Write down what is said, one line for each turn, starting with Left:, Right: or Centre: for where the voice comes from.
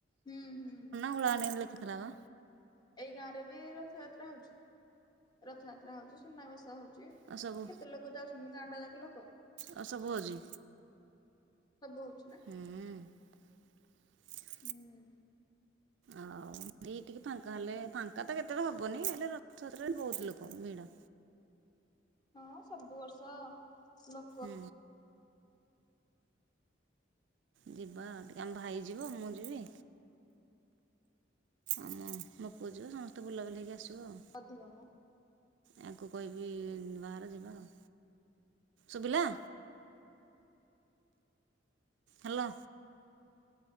Left: ହୁଁ ହୁଁ।
Right: <unintelligible> ଲେଖିଥିଲା ବା।
Left: ଏଇ ଗାଁରେ ବି ରଥଯାତ୍ରା ହଉଛି, ରଥଯାତ୍ରା ହଉଛି ସୁନାବେସ ହଉଛି। ଚି ଏ
Right: ଆଉ ସବୁ
Left: କେତେ ଲୋକ ଯାଉଛନ୍ତି, ଗାଁ ଟା ଯାକ ଲୋକ।
Right: ଆଉ ସବୁ ହଉଛି
Left: ସବୁ ହୋଉଚି ନା।
Right: ହୁଁ।
Left: ହୁଁ।
Right: ଆଉ ଏଇ ଟିକେ ଫାଙ୍କା ହେଲେ, ଫାଙ୍କା ତ କେତେବେଳେ ହବନି ହେଲେ ରଥଯାତ୍ରାରେ ବୋହୁତ ଲୋକୋ ଭିଡ।
Left: ହଁ ସବୁ ବର୍ଷ ଲୋ
Right: ହୁଁ ଯିବା ଟିକେ ଆମ ଭାଇ ଯିବ ମୁଁ ଯିବି। ଆମ ମୋ ପୁଅ ଯିବ ସମସ୍ତେ ବୁଲାବୁଲି ହେଇକି ଆସିବୁ ଆଉ।
Left: ଅଧିକ ମ।
Right: ୟାଙ୍କୁ କହିବି ବାହାର ଯିବା ଆଉ ଶୁବିଲା। ହାଲୋ।